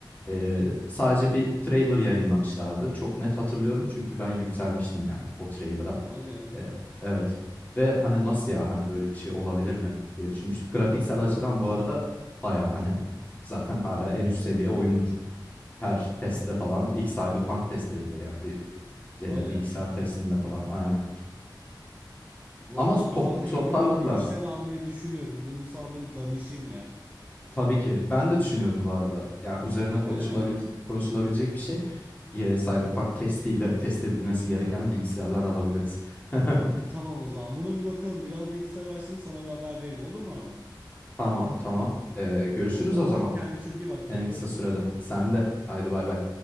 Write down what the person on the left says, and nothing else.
Eee,
sadece bir trailer yayınlamışlardı. Çok net hatırlıyorum
çünkü ben yükselmiştim yani o trailer'a.
Eee, evet ve hani nasıl ya hani böyle bir şey olabilir mi diye düşünmüştük. Grafiksel açıdan bu arada bayağı hani
zaten hala en üst seviye oyundur. Her testte
falan ilk Cyberpunk test edilir yani bir eee,
bilgisayar
testinde
falan aynen.
Ama
topu
toparladılar
tabii ki. Ben de düşünüyorum bu arada. Yani üzerine konuşulabilecek
konuşulabilecek bir şey. Eee, Cyberpunk
testiyle test edilmesi gereken bilgisayarlar alabiliriz. <laughs>
Tamam tamam. Eee, görüşürüz
o zaman
en
kısa sürede. Sen de. Haydi bay bay.